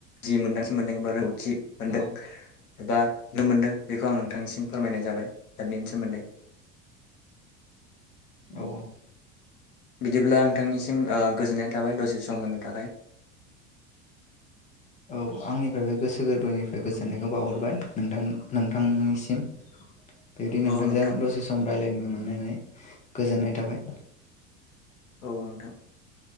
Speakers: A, on the left; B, on the left.
A: जि मोन्दांथि मोनदों एबा‌ रोंगौथि खि मोन्दों।
B: औ
A: एबा नुनो मोनदों बेखौ आं नोंथांनिसिम फोरमायनाय जाबाय दा बेनि सोमोन्दै
B: औ
A: बिदिब्ला नोंथांनिसिम ओ गोजोन्नाय थाबाय दसे सम होनो थाखाय
B: औ आंनिफ्राय बे गोसो गोरबोनिफ्राय गोजोननायखौ बावहरबाय नोंथां नोंथांनिसिम बिदि नोंथांजों
A: औ नोंथां
B: दसे सम रायज्लायनो मोननानै गोजोननाय थाबाय
A: औ नोंथां